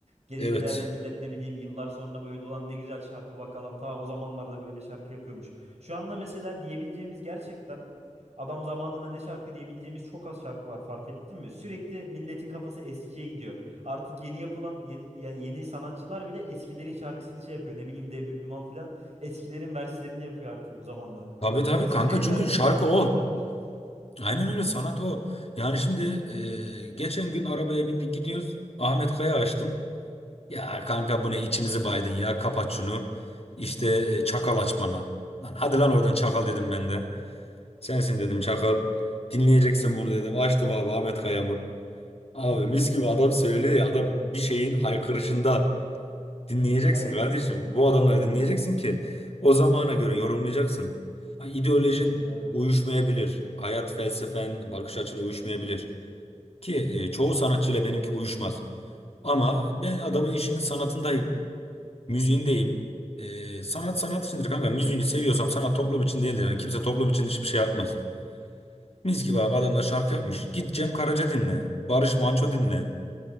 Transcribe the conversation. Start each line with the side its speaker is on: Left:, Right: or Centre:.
Right: Gelir
Left: evet.
Right: derdim millet ne bileyim yıllar sonra böyle olan ne güzel şarkı bak adam ta o zamanlarda böyle şarkı yapıyormuş. Şu anda mesela diyebileceğimiz gerçekten Adam zamanında ne şarkı diyebileceğimiz çok az şarkı var fark ettin mi? Sürekli milletin kafası eskiye gidiyor. Artık yeni yapılan yeni, yani yeni sanatçılar bile eskilerin şarkısını şey yapıyor. Ne bileyim Debi Blüman falan eskilerin verslerini yapıyor artık bu zamanda.
Left: Tabii tabii
Right: Ya eskilerin
Left: kanka çünkü
Right: şarkıları
Left: şarkı
Right: o kadar
Left: o.
Right: güzelmiş.
Left: Aynen öyle sanat o. Yani şimdi e, geçen gün arabaya bindik gidiyoruz. Ahmet Kaya açtım. Ya kanka bu ne içimizi baydın ya kapat şunu. İşte e, çakal aç bana. Lan hadi lan oradan çakal dedim ben de. Sensin dedim çakal. Dinleyeceksin bunu dedim. Açtım abi Ahmet Kaya'mı. Abi
Right: <laughs>
Left: mis gibi adam söylüyor ya adam bir şeyin haykırışında. Dinleyeceksin
Right: Aynen.
Left: kardeşim. Bu adamları dinleyeceksin ki o zamana göre yorumlayacaksın. Ha, ideolojin
Right: Kesinlikle abi.
Left: uyuşmayabilir. Hayat felsefen, bakış açın uyuşmayabilir. Ki e, çoğu sanatçıyla benimki uyuşmaz. Ama ben adamın işinin sanatındayım. Müziğindeyim. E, sanat sanat içindir kanka. Müziğini seviyorsam sanat toplum için değildir. Yani kimse toplum için hiçbir şey yapmaz. Mis gibi abi adamlar
Right: Kesinlikle.
Left: şarkı yapmış. Git Cem Karaca dinle. Barış Manço dinle.